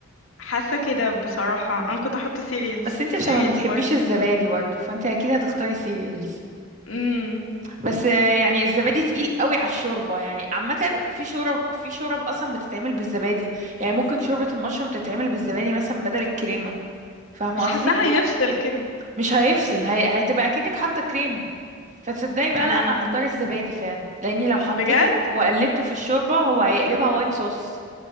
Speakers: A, on the left; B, on the right.
A: حاسه كده بصراحه انا كنت احط سيريالز
B: بس انتي
A: سيريالز
B: عشان ما بتحبيش
A: برضه
B: الزبادي برضه فانتي اكيد هتختاري سيريالز
A: امم
B: بس آه، يعني الزبادي تقيل قوي على الشوربه يعني عامه في شورب في شورب اصلا بتتعمل بالزبادي يعني ممكن شوربه المشروم تتعمل بالزبادي مثلا بدل الكريمه فاهمه
A: بس
B: قصدي
A: حاساها هيفصل كده
B: مش هيفصل هي... هتبقى اكنك حاطه كريمه فتصدقي بقى
A: اه
B: لا انا هختار الزبادي فعلا لاني لو حطيته
A: بجد
B: وقلبته في الشوربه هو هيقلبها وايت صوص